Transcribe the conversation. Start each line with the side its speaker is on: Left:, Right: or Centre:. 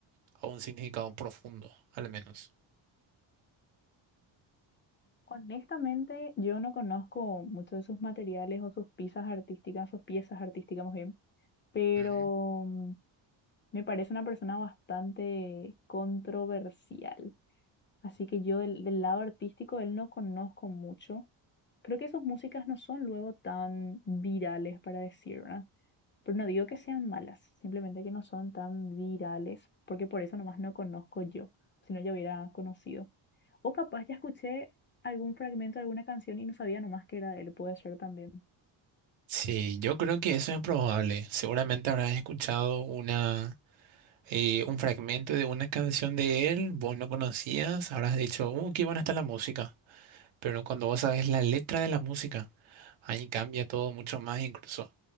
Right: a un significado profundo, al menos.
Left: Honestamente, yo no conozco mucho de sus materiales o sus piezas artísticas, sus piezas artísticas más bien, pero
Right: Ujú.
Left: mm, me parece una persona bastante controversial. Así que yo del, del lado artístico él no conozco mucho. Creo que sus músicas no son luego tan virales para decir, ¿verdad? Pero no digo que sean malas, simplemente que no son tan virales, porque por eso nomás no conozco yo, si no yo hubiera conocido. O capaz ya escuché algún fragmento de alguna canción y no sabía nomás que era de él, puede ser también.
Right: Sí, yo creo que eso es probable. Seguramente habrás escuchado una, eh, un fragmento de una canción de él, vos no conocías, habrás dicho, uh, qué buena está la música. Pero cuando vos sabes la letra de la música, ahí cambia todo mucho más incluso.